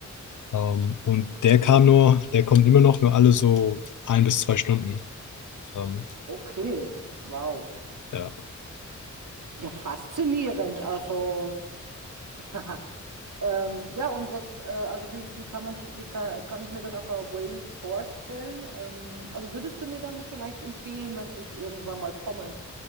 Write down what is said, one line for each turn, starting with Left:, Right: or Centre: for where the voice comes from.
Left: Ähm, und der kam nur, der kommt immer noch nur alle so ein bis zwei Stunden. Ähm,
Right: Okay, wow.
Left: ja.
Right: Ja, faszinierend. Also, <laughs> ähm, ja, und was, äh, also wie, wie kann man sich, wie kann, kann ich mir dann nachher Wales vorstellen? Ähm, also würdest du mir dann vielleicht empfehlen, wenn ich irgendwann mal kommen